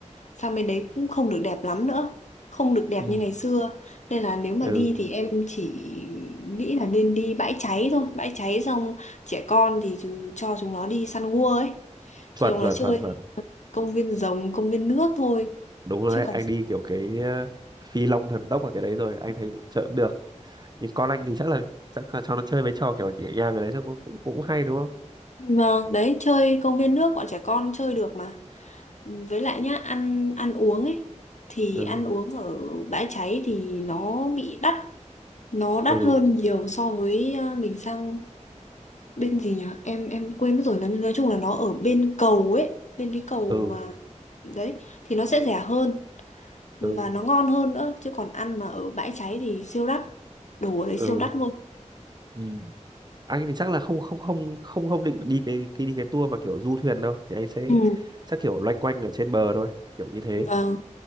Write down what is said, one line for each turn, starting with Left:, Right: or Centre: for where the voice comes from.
Left: sang bên đấy cũng không được đẹp lắm nữa, không được đẹp
Right: ừ
Left: như ngày xưa. Nên là nếu mà
Right: ừ
Left: đi thì em chỉ nghĩ là nên đi bãi cháy thôi, bãi cháy xong trẻ con thì chúng, cho chúng nó đi săn gua ấy, cho
Right: chuẩn
Left: chúng
Right: chuẩn
Left: nó chơi
Right: chuẩn chuẩn
Left: công viên rồng, công viên nước thôi.
Right: đúng rồi
Left: Chứ
Right: đấy
Left: còn
Right: anh đi kiểu cái ờ, phi long thần tốc ở cái đấy rồi anh thấy chợ cũng được nhưng con anh thì chắc là chắc là cho nó chơi mấy trò kiểu nhẹ nhàng ở đấy thôi cũng cũng cũng hay đúng không
Left: Vâng, đấy chơi công viên nước bọn trẻ con chơi được mà. Với lại nhá, ăn ăn uống ấy thì
Right: ừ
Left: ăn uống ở bãi cháy thì nó bị đắt, nó đắt
Right: ừ
Left: hơn nhiều so với ờ, mình sang bên gì nhỉ? Em em quên mất rồi, nói, nói chung là nó ở bên cầu ấy, bên cái cầu
Right: ừ
Left: mà đấy thì nó sẽ rẻ hơn và
Right: ừ
Left: nó ngon hơn nữa chứ còn ăn mà ở bãi cháy thì siêu đắt. Đồ ở đấy
Right: ừ
Left: siêu đắt luôn.
Right: ừ. anh thì chắc là không không không không không định đi cái cái đi cái tour mà kiểu du thuyền đâu thì anh sẽ
Left: Ừ.
Right: chắc kiểu loanh quanh ở trên bờ thôi kiểu như thế
Left: Vâng,